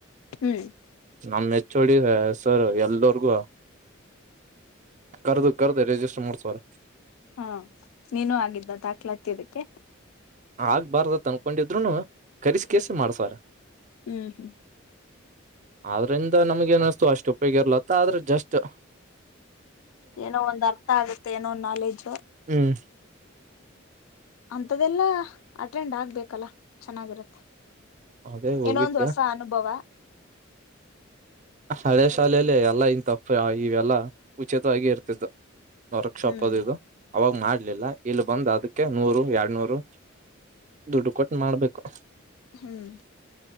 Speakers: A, on the left; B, on the right.
A: ಹ್ಮ್
B: ನಮ್ಮನ್ನ <unintelligible> ಚಡಿ ಸರ್ ಎಲ್ಲರ್ಗೂ ಕರ್ದು ಕರ್ದ ರಿಜಿಸ್ಟರ್ ಮಾಡ್ಸವ್ರೆ.
A: ಹಾ ನೀನು ಆಗಿದ್ದ ದಾಖಲಾತ್ತಿ ಇದುಕ್ಕೆ
B: ಆಗ್ಬಾರ್ದ ಅಂತ್ ಅನ್ಕೊಂಡಿದ್ರುನು ಕರಿಸ್ ಕೆಸಿ ಮಾಡ್ಸ್ಯಾರ.
A: ಮ್ ಹ್ಮ್
B: ಆದ್ರಿಂದ ನಮ್ಗೆ ಏನಸ್ತು ಅಷ್ಟ್ ಉಪಯೋಗ ಇರ್ಲತ್ತ ಆದ್ರೆ ಜಸ್ಟ್
A: ಏನೋ ಒಂದ್ ಅರ್ಥ ಆಗುತ್ತೆ ಏನೋ ಒಂದ್ ನಾಲೆಜು
B: ಹ್ಮ್
A: ಅಂತದೆಲ್ಲಾ ಅಟೆಂಡ್ ಆಗ್ಬೇಕಲ್ಲ ಚೆನ್ನಾಗಿರತ್ತೆ.
B: ಅದೇ ಹೋಗಿದ್ದೆ
A: ಏನೋ ಒಂದ್ ಹೊಸ ಅನುಭವ
B: ಹಳೆ ಶಾಲೆಲ್ಲಿ ಎಲ್ಲಾ ಇಂತ ಪ ಇವೆಲ್ಲಾ ಉಚಿತವಾಗಿ ಇರ್ತತ್ತು ವರ್ಕ್ ಶಾಪ್
A: ಹ್ಮ್
B: ಅದಿದು ಅವಾಗ ಮಾಡ್ಲಿಲ್ಲ ಇಲ್ಲಿ ಬಂದು ಅದಕ್ಕೆ ನೂರು ಎರಡ್ನೂರು ದುಡ್ಡು ಕೊಟ್ಟು ಮಾಡ್ಬೇಕು
A: ಹ್ಮ್